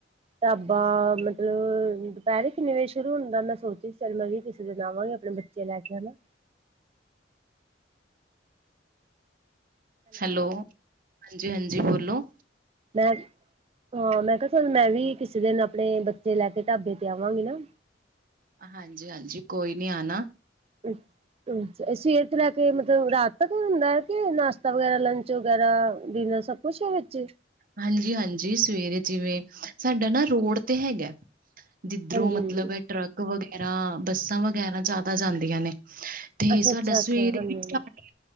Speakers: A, on the right; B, on the right.
A: ਢਾਬਾ ਮਤਲਬ ਦੁਪਹਿਰੇ ਕਿੰਨੇ ਵਜੇ ਸ਼ੁਰੂ ਹੁੰਦਾ ਮੈਂ ਸੋਚੀ ਚੱਲ ਮੈਂ ਵੀ ਕਿਸੇ ਦਿਨ ਆਵਾਂਗੀ ਆਪਣੇ ਬੱਚੇ ਲੈ ਕੇ ਉਹਨੂੰ
B: ਹੈਲੋ ਹਾਂਜੀ ਹਾਂਜੀ ਬੋਲੋ
A: ਮੈਂ ਹਾਂ ਮੈਂ ਕਿਹਾ ਸਾਨੂੰ ਮੈਂ ਵੀ ਕਿਸੇ ਦਿਨ ਆਪਣੇ ਬੱਚੇ ਲੈ ਕੇ ਢਾਬੇ ਤੇ ਆਵਾਂਗੀ ਨਾ
B: ਹਾਂਜੀ ਹਾਂਜੀ ਕੋਈ ਨੀ ਆਣਾ
A: <unintelligible> ਅੱਛਾ ਸਵੇਰ ਤੋਂ ਲੈ ਕੇ ਮਤਲਬ ਰਾਤ ਤੱਕ ਹੁੰਦਾ ਹੈ ਕਿ ਨਾਸ਼ਤਾ ਵਗੈਰਾ ਲੰਚ ਵਗੈਰਾ ਡਿਨਰ ਸਭ। ਖੁਸ਼ੀ ਵਿੱਚ
B: ਹਾਂਜੀ ਹਾਂਜੀ ਸਵੇਰੇ ਜਿਵੇਂ ਸਾਡਾ ਨਾ ਰੋਡ ਤੇ ਹੈਗਾ ਜਿਧਰੋਂ
A: ਹਾਂਜੀ
B: ਮਤਲਬ
A: ਹਾਂਜੀ
B: ਟਰੱਕ ਵਗੈਰਾ ਬੱਸਾਂ ਵਗੈਰਾ ਜ਼ਿਆਦਾ ਜਾਂਦੀਆਂ ਨੇ ਤੇ
A: ਅੱਛਾ
B: ਸਾਡਾ
A: ਅੱਛਾ ਅੱਛਾ
B: ਸਵੇਰੇ
A: ਹਾਂਜੀ
B: ਵੀ ਸਟਾਰਟ